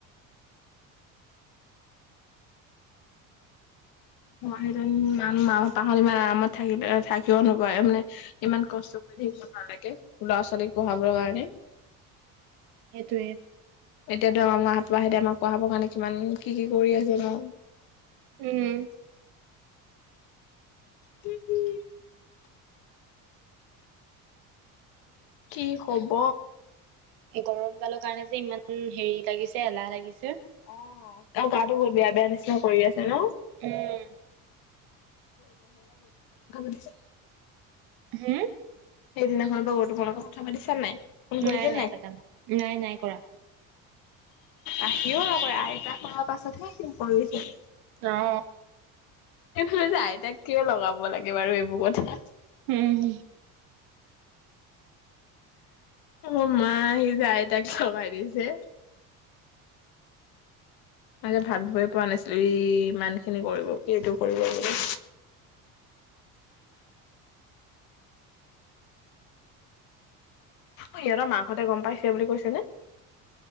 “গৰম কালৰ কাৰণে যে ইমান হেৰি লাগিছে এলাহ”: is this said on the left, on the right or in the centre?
Right